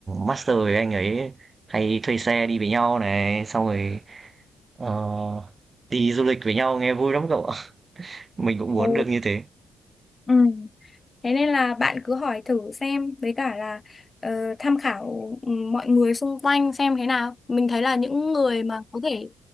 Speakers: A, on the right; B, on the left.
A: master với anh ấy hay thuê xe đi với nhau này xong rồi ờ, đi du lịch với nhau nghe vui lắm cậu ạ <laughs> mình cũng muốn
B: Ừ.
A: được như thế
B: Ừ. Thế nên là bạn cứ hỏi thử xem với cả là ờ, tham khảo ừ, mọi người xung quanh xem thế nào. Mình thấy là những người mà có thể